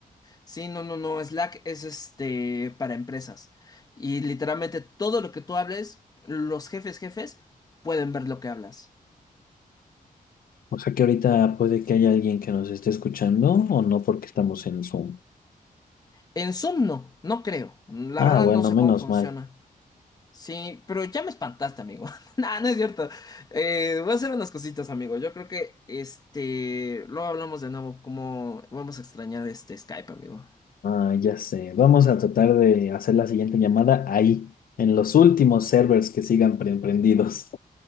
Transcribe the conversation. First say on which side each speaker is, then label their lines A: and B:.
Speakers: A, on the left; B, on the left.
A: Sí, no, no, no, Slack es este para empresas. Y literalmente todo lo que tú hables, los jefes, jefes, pueden ver lo que hablas.
B: O sea que ahorita puede que haya alguien que nos esté escuchando o no porque estamos en Zoom.
A: En Zoom no, no creo. La
B: Ah,
A: verdad
B: bueno,
A: no sé
B: menos
A: cómo funciona.
B: mal.
A: Sí, pero ya me espantaste, amigo. <laughs> No, no es cierto. Eh, voy a hacer unas cositas, amigo. Yo creo que este, luego hablamos de nuevo cómo vamos a extrañar este Skype, amigo.
B: Ah, ya sé. Vamos a tratar de hacer la siguiente llamada ahí, en los últimos servers que sigan pre- prendidos.